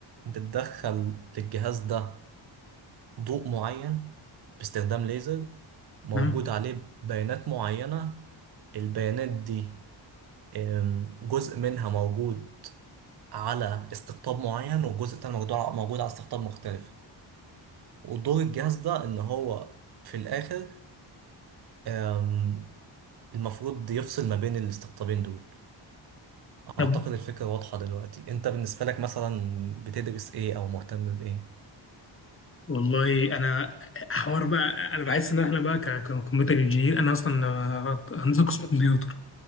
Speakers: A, on the right (about 55°); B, on the left (about 25°).
A: بتدخل للجهاز ده ضوء معين باستخدام ليزر موجود
B: تمام
A: عليه بيانات معينة البيانات دي أم، جزء منها موجود على استقطاب معين والجزء التاني موجود على موجود على استقطاب مختلف ودور الجهاز ده ان هو في الاخر أم، المفروض يفصل ما بين الاستقطابين دول
B: طب
A: اعتقد الفكرة واضحة دلوقتي انت بالنسبة لك مثلا بتدرس ايه او مهتم بايه
B: والله انا حوار بقى انا بحس ان احنا بقى ككمبيوتر انجينير انا اصلا آه، هندسه قسم كمبيوتر